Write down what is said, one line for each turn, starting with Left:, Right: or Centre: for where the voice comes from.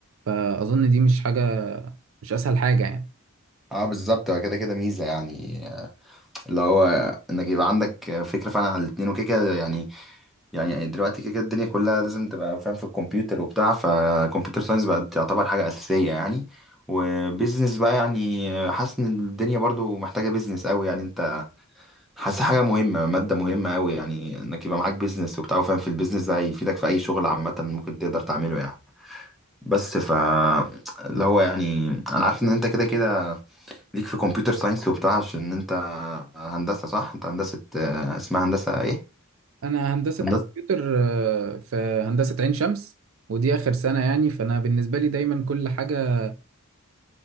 Right: فاظن دي مش حاجة مش اسهل حاجة يعني
Centre: اه بالظبط هو كده كده ميزه يعني اللي هو انك يبقى عندك فكره فعلا على الاتنين وكده كده يعني يعني دلوقتي كده كده الدنيا كلها لازم تبقى فاهم في الكمبيوتر وبتاع فكمبيوتر ساينس بقت تعتبر حاجه اساسيه يعني وبيزنس بقى يعني حاسس ان الدنيا برضو محتاجه بيزنس قوي يعني انت حاسس حاجه مهمه ماده مهمه قوي يعني انك يبقى معاك بيزنس وبتاع وفاهم في البيزنس ده هيفيدك في اي شغل عامه ممكن تقدر تعمله يعني بس ف اللي هو يعني انا عارف ان انت كده كده ليك في كمبيوتر ساينس وبتاع عشان انت هندسه صح انت هندسه آه، اسمها هندسه ايه
Right: انا هندسة
Centre: هندسه
Right: كمبيوتر آه، في هندسة عين شمس ودي اخر سنة يعني فانا بالنسبة لي دايما كل حاجة